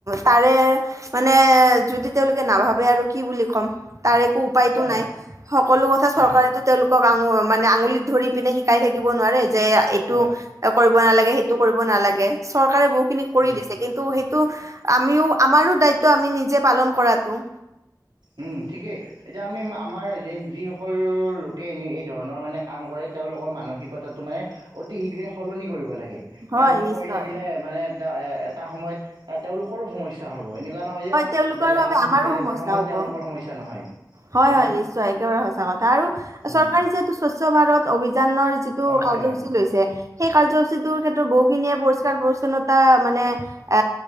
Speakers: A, on the right; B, on the right.
A: তাৰে মানে যদি তেওঁলোকে নাভাবে আৰু কি বুলি ক'ম। তাৰ একো উপায়তো
B: হয়
A: নাই
B: হয়
A: সকলো কথা চৰকাৰেতো
B: উম
A: তেওঁলোকক আঙু মানে আঙুলিত ধৰিপিনে শিকাই থাকিব নোৱাৰে যে এইটো
B: হয়।
A: কৰি কৰিব নালাগে সেইটো কৰিব নালাগে চৰকাৰে বহু খিনি কৰি
B: উম,
A: দিছে কিন টো আমিও আমাৰো দায়িত্ব আমি নিজে পালন কৰাটো।
B: উম ঠিকেই এতিয়া আমি আমাৰ যিসকল লোকে এনে এই ধৰণৰ মানে কাম কৰে তেওঁলোকৰ মানসিকতাটো মানে অতি শীঘ্ৰে সলনি কৰিব লাগ গে
A: হয়
B: সেনেকুৱা
A: নিশ্চয়
B: কৰি থাকিলে মানে তেওঁ এটা সময়ত তেওঁলোকৰো সমস্যা হ'ব এনেকুৱা নহয় যে
A: হয় তেওঁলোকৰ
B: বেলেগ
A: বাবে
B: আন
A: আমাৰো
B: বেলেগৰ
A: সমস্যা হ'
B: তেওঁলোকৰ
A: ব,
B: সমস্যা নহয়
A: হয়-
B: হয়নে?
A: হয় নিশ্চয় একেবাৰে সঁচা কথা আৰু
B: উম,
A: চৰকাৰে যিহেটো স্বচ্ছ ভাৰত অভিযানৰ যিটো
B: হয়,
A: কাৰ্যসূচী
B: হয়,
A: লৈছে সেই কাৰ্যসূচীটোৰ ক্ষেত্ৰত বহুখিনিয়ে পৰিষ্কাৰ পৰিচ্ছন্নতা মানে এ